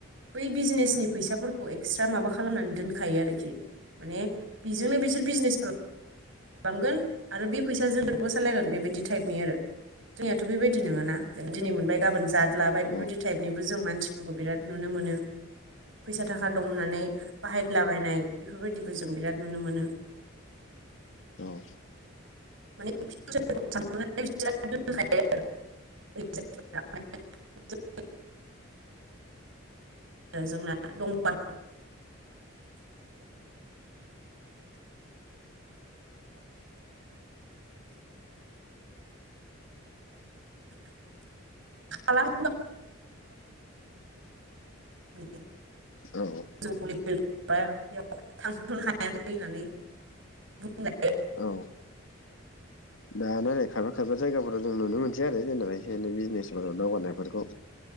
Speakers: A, on the right; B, on the left.
A: बै बिजनेसनि फैसाफोरखौ एक्सट्रा माबा खालामनानै दोनखायो आरोखि। माने बेजोंनो बिसोर बिजनेस खालामो खालामगोन आरो बे फैसाजोंबो सालायगोन बेबायदि टाइपनि आरो जोंनियाथ' बेबायदि ननोङाना दिनै मोनबाय गाबोन जाद लाबाय
B: ओरै
A: बेफोरबायदि टाइपनिबो जों म मानसिफोरखौ बिराद नुनो मोनो फैसा थाखा दं होननानै बाहायलाबायनाय बेफोरबायदिबो जों बिराद नुनो मोनो
B: औ
A: <unintelligible> <unintelligible> आरो जोंहा दंपा <unintelligible> <inaudible> <inaudible> खालाम <inaudible>
B: औ औ
A: <inaudible> थांथनो हायाखै होननानै बुंनाय
B: औ दान आरो खायफा खायफा जायगाफोराव जों नुनो मोनसै आरो जेनेबा बिनो बिजनेसफोराव दावगानायफोरखौ